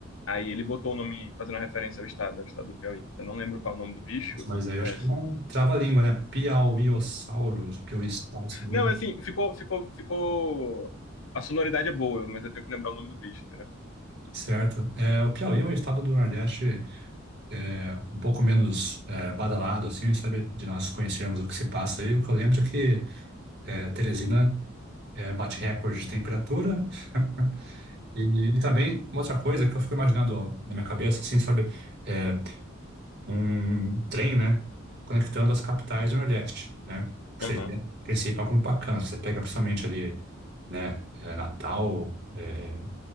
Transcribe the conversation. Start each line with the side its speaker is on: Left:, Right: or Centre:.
Left: Aí ele botou o nome fazendo referência ao estado, ao estado do Piauí. Eu não lembro qual é o nome do bicho.
Right: nossa, mas aí
Left: é
Right: eu acho que não trava a língua, né? Piauiossauros, Piauiossauros, né?
Left: Não, é assim, ficou, ficou, ficou. A sonoridade é boa, mas eu tenho que lembrar o nome do bicho, entendeu?
Right: certo? É, o Piauí é um estado do Nordeste é, um pouco menos é, badalado, assim, sabe? De nós conhecermos o que se passa aí. O que eu lembro é que é, Teresina é, bate recorde de temperatura. <laughs> E, e também, uma outra coisa que eu fico imaginando ó, na minha cabeça, assim, sabe, é um trem, né, conectando as capitais do Nordeste, né? Ou
Left: Aham.
Right: seja, né, em princípio, é algo muito bacana. Você pega precisamente ali, né, é, Natal, é,